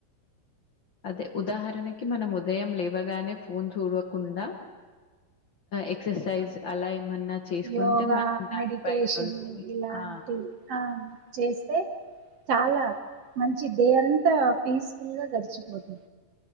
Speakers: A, on the left (about 50°); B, on the right (about 60°).
A: అదే ఉదాహరణకి మనం ఉదయం లేవగానే ఫోన్ చూడకుండా ఎక్సర్సైజ్
B: ఆ,
A: అలా ఏమన్నా చేసుకుంటే
B: యోగా
A: మనం దానిపైన
B: మెడిటేషన్
A: ఉన్నవి
B: ఇలాంటి
A: ఆ
B: ఆ చేస్తే చాలా మంచి డే అంతా పీస్ఫుల్ గా గడిచిపోతుం